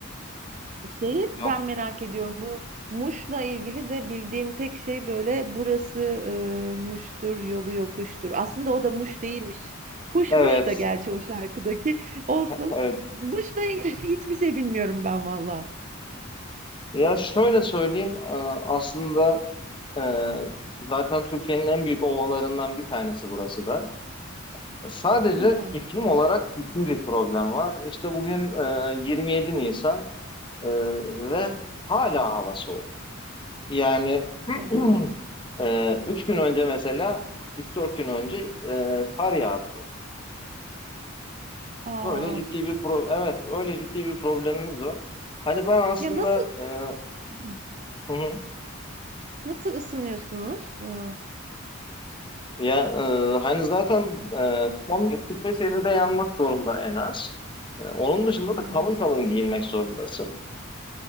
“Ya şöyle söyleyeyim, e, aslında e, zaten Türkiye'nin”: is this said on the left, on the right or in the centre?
Left